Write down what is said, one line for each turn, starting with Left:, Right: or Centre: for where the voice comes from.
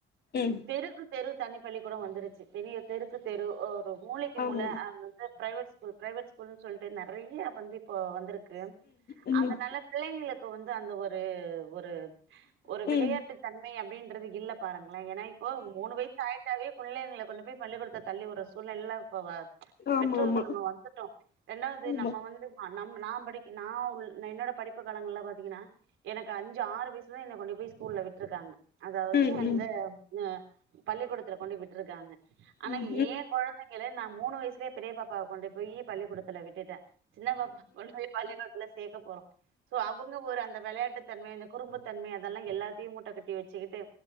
Left: ம் ம்
Right: தெருக்கு தெரு தனிப்பள்ளி கூடோ வந்துருச்சு தனி தெருக்கு தெரு ஒ இப்போ மூலைக்கு
Left: ஆமா
Right: மூல அ வந்து ப்ரைவேட் ஸ்கூல் ப்ரைவேட் ஸ்கூல்ன்னு சொல்ட்டு நெறைய வந்து இப்போ வந்துருக்கு
Left: ம் ம்
Right: அதனால பிள்ளைங்களுக் கு வந்து அந்த ஒரு ஒரு ஒரு ஒரு
Left: ம்
Right: விளையாட்டு
Left: ம்
Right: தன்மை அப்டின் இல்ல பாருங்ளேன் ஏன்னா இப்போ மூணு வய்சு ஆய்ட்டாவே புள்ளைங்கள கொண்டு போய் பள்ளிக்கூடத்ல தள்ளி வுட்ற சூழ்நிலைலா இப் ச்ச்
Left: ஆமா
Right: பெற்றோர்கள்
Left: ஆமா
Right: நம்ம வந்துட்டோ ரெண்டாவ்து
Left: ஆமா
Right: நம்ம வந்து <unintelligible> நம் நா படிக்க நா உள் என்னோட படிப்பு காலங்கள்ல பாத்தீங்கனா எனக்கு அஞ்சு ஆறு வய்சுல என்ன கொண்டு போய் ஸ்கூல்ல விட்ருக்காங்க அதாவது
Left: ம்
Right: அந்த
Left: ம்
Right: அ பள்ளிக்கூடத் த்துல கொண்டு விட்ருக்காங்க ஆனா
Left: ம் ம் ம் ம் ம் ம்
Right: ஏ கொழந்தைங்க ள நா மூனு வய்ஸ்லே பெரிய பாப்பா கொண்டு போய் பள்ளி கூடத்துல விட்டுட்ட சின்ன பாப்பா கொண்டு போய் பள்ளி கூட்த்துல சேக்க போறோ சோ அவுங்க ஒரு அந்த வெளையாட்டு தன்மை இந்த குறும்புத்தன்மை அதெல்லா எல்லாத்தியு மூட்ட கட்டி வெச்சுக்கிட்டு